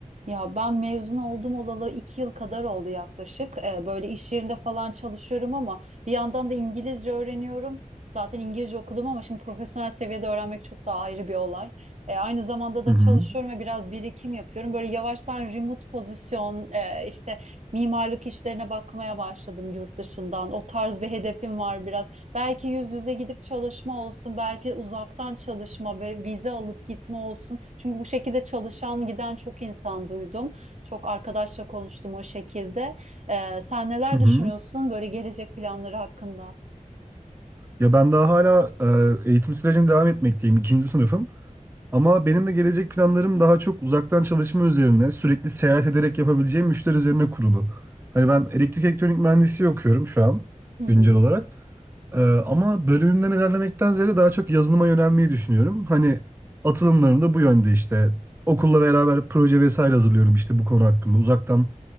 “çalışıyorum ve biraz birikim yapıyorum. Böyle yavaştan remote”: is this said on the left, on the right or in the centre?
Right